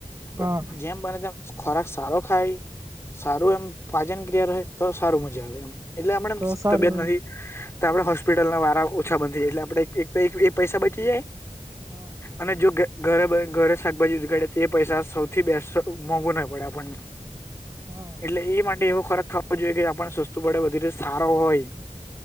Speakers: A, on the left; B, on the right.
A: પણ
B: હા
A: જેમ બને તેમ ખોરાક સારો ખાય સારું એમ પાજન ક્રિયા ર તો સારું મજા આવે એમ એટલે હમણા
B: તો
A: એમ
B: સારી
A: તબિયત નથી તો આપડે હોસ્પિટલ ના વારા ઓછા બંધ થ જાય એટલે આપડે એક તો પૈસા બચી જાય
B: હા
A: અને જો ઘરે ઘરે શાકભાજી ઉગાડે તો એ પૈસા સૌથી બેસ મોંઘુ નાહી પડે આપણને <inaudible>
B: હા
A: એટલે એ માટે એવો ખોરાક ખાવો જોઈએ કે આપણે સસ્તુ પડે વધીરે સારો હોય